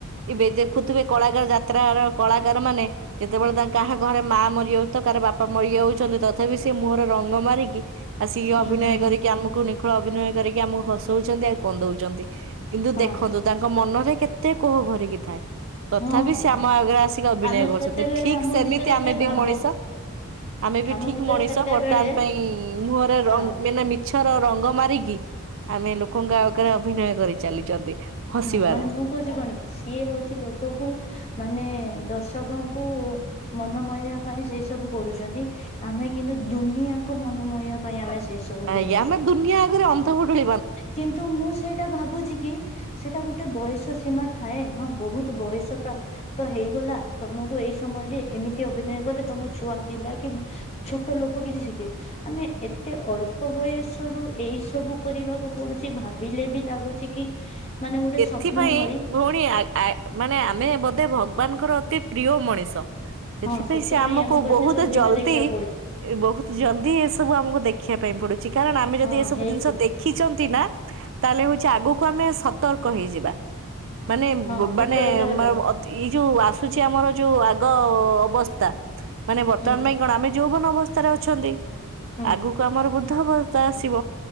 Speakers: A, on the right (about 60°); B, on the left (about 30°).
A: ଏବେ ଦେଖୁଥିବେ କଳାକାର ଯାତ୍ରା କଳାକାର ମାନେ ଯେତେବେଳେ ତା କାହା ଘରେ ମା ମରିଥିବ କାର ବାପା ମରିଯାଉ ଛନ୍ତି ତଥାପି ସେ ମୁହଁରେ ହ ରଙ୍ଗମାରିକି ଆଉ ସିଏ
B: ହୁଁ
A: ଅଭିନୟ
B: ହୁଁ ହୁଁ
A: କରିକି ଆମକୁ ଅଭିନୟ କରିକି ଆମକୁ ହସଉଛନ୍ତି ଆଉ କନ୍ଦଉଛନ୍ତି କିନ୍ତୁ
B: ହଁ
A: ଦେଖନ୍ତୁ ତାଙ୍କ ମନ ରେ କେତେ କୋହ ଭରିକି ଥାଏ। ତଥାପି
B: ହଁ ହଁ
A: ସେ
B: ହଁ
A: ଆମ
B: ହଁ
A: ଆଗେରେ ଆସିକି ଅଭିନୟ
B: ଆମେ
A: କରୁଛନ୍ତି
B: ସେତେବେଳେ
A: ଠିକ୍
B: ଆମ
A: ସେମିତି
B: ଭିତରେ
A: ଆମେ
B: ସେ
A: ବି
B: ଭାବ
A: ମଣିଷ ଆମେ ବି
B: ଆମ
A: ଠିକ୍
B: ଭିତରେ
A: ମଣିଷ
B: ସେତେବେଳେ
A: ବର୍ତ୍ତମାନ ପାଇଁ ମୁହଁରେ
B: ହଁ
A: ର ବିନା ମି ଛର ରଙ୍ଗ ମାରିକି ଆମେ ଲୋକଙ୍କ ଆଗରେ ଅଭିନୟ କରି ଚାଲିଛନ୍ତି ହସିବାର
B: ହଁ ମାନେ ମୁଁ କହୁଚି କଣ କି ସିଏ ହଉଛି ଲୋକକୁ ମାନେ ଦର୍ଶକଙ୍କୁ ମନ ମୋହିଆ ପାଇଁ ସେ ସବୁ କରୁଚନ୍ତି। ଆମେ କିନ୍ତୁ ଦୁନିଆ କୁ ମନ ମୋହିଆ ପାଇଁ ଆମେ ସେଇ ସବୁ
A: ଆଜ୍ଞା
B: କରୁଛୁ।
A: ଆମେ ଦୁନିଆ ଆଗରେ ଅନ୍ଧ ପୁଟୁଳି
B: କିନ୍ତୁ ମୁଁ ସେଇଟା ଭାବୁଛି କି ସେଇଟା ଗୋଟେ ବୟସ ସୀମା ଥାଏ ହଁ ବହୁତୁ ବୟସ ପ୍ରା ତ ହେଇଗଲା ତମକୁ ଏଇ ସମୟରେ ଏମିତି ଅଭିନୟ କଲେ ତ ଆମ ଛୁଆ ପିଲା କି ଛୋଟ ଲୋକ କିଛି ଶିଖିବେ। ଆମେ ଏତେ ଅଳ୍ପ ବୟସରୁ ଏଇ ସବୁ କରିବାକୁ ପଡୁଛି ଭାବିଲେ ବି ଲାଗୁଛି କି ମାନେ ଗୋଟେ
A: ଏଥିପାଇଁ
B: ସ୍ୱପ୍ନ ଭଳି
A: ଭଉଣୀ ଆ ଆ ମାନେ ଆମେ ବୋଧେ ଭଗ ଭଗବାନ ଙ୍କର ଅତି ପ୍ରିୟ ମଣିଷ ସେଥିପାଇଁ
B: ହଁ
A: ସେ ଆମକୁ
B: ଏତେ
A: ବହୁତୁ
B: ସବୁ ଦିନ
A: ଜଲଦି
B: ଦେଖିବାକୁ ପଡୁଛି
A: ଏ ବହୁତୁ ଜଲଦି ଏସବୁ ଆମୁକୁ ଦେଖିଆ ପାଇଁ ପଡୁଛି କାର ଣ ଆମେ
B: ହଁ
A: ଯଦି ଏସବୁ
B: ହେଇଥିବ
A: ଜିନିଷ ଦେଖିଛନ୍ତି ନା ତାହେଲେ ହଉଛି ଆଗକୁ ଆମେ ସ ତର୍କ ହେଇଯିବା। ମାନେ
B: ହଁ
A: ବ ମାନେ
B: ବିଚଳିତ ହେବାନି
A: ମ ଅଧି ଇ ଯୋଉ ଆସୁଛି ଆମର ଯୋଉ ଆଗ ଅବସ୍ଥା ମାନେ ବର୍ତ୍ତମାନ
B: ହୁଁ
A: ପାଇଁ କଣ ଆମେ ଯୌବନ ଅବସ୍ଥାରେ ଅଛନ୍ତି।
B: ହୁଁ
A: ଆଗୁକୁ ଆମର ବୁଦ୍ଧ ଅବସ୍ଥା ଆସିବ।